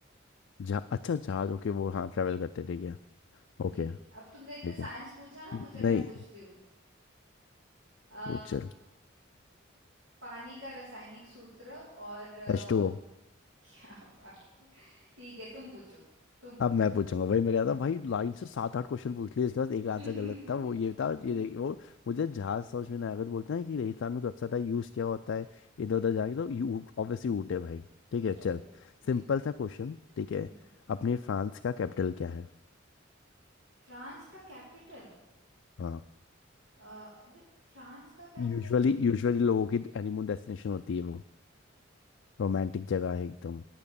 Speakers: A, on the left; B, on the right.
A: जहा अच्छा जहाज ओके वो हाँ ट्रेवल करते ठीक है ओके
B: ठीक है अब तुमने
A: ठीक
B: इतने साइंस
A: है
B: पूछा ना
A: नहीं
B: मुझे मैं पूछती हूँ अ,
A: पूछ
B: पानी का रासायनिक सूत्र और अ,
A: एच टू ओ।
B: <laughs> क्या बात है ठीक है तुम पूछो तुम पूछो
A: अब मैं पूछूंगा वही मैं कह रहा
B: हम्म
A: था भाई लाइन से सात आठ क्वेश्चन पूछ लिए इसके बाद एक
B: <laughs>
A: आंसर गलत था वो ये था ये रही- वो मुझे जहाज समझ में नहीं आया तो बोलते हैं कि रेगिस्तान में कब टाइप यूज़ किया होता है इधर उधर जाके तो यू ऑब्वियसली ऊँट है भाई ठीक है
B: सही
A: चल
B: है हम्म
A: सिंपल सा क्वेश्चन ठीक है
B: हम्म हम्म
A: अपने फ्रांस का कैपिटल क्या है
B: फ्रांस का कैपिटल
A: हाँ
B: अ, अबे फ्रांस का कैपिटल
A: यूजुअली
B: का
A: यूजुअली लोगों की हनीमून डेस्टिनेशन होती है वो रोमांटिक जगह है एकदम